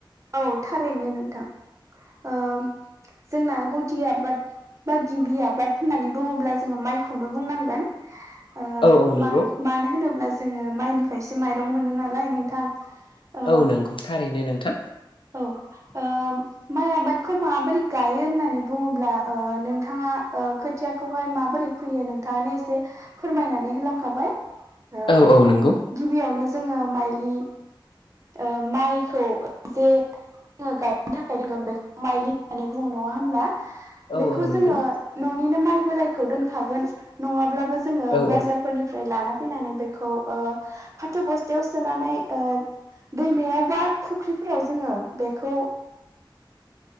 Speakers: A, on the right; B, on the left.
A: औ थारैनो नोंथां ओ जोंना ओ गुदि आबाद बा गिबि आबाद होननानै बुङोब्ला जोङो माइखौनो बुंनांगोन। ओ मा
B: औ औ नंगौ
A: मा मानो होनोब्ला जोङो माइनिफ्रायसो माइरं मोनो नालाय नोंथां? ओ
B: औ नंगौ। थारैनो नोंथां
A: औ ओ माइ आबादखौ माबोरै गायो होननानै बुङोब्ला ओ नोंथाङा ओ खोथियाखौहाय माबोरै फैयो नोंथाङानो एसे फोरमायनानै होलांखाबाय ओ
B: औ औ नंगौ
A: गिबियावनो जोङो माइलि ओ माइखौ जे जोङो गायनो थाखाय दङ बेखौ माइलि होननानै बुङो नङा होनब्ला?
B: औ
A: बेखौ
B: औ नंगौ
A: जोङो न'निनो माइ बोरायखौ दोनखागोन नङा ब्लाबो जों
B: औ
A: बाजारफोरनि
B: औ
A: फ्राय लाना फैनानै बेखौ ओ फाथो बस्थायाव सोनानै ओ दैमायाव बा फुख्रिफोराव जोङो बेखौ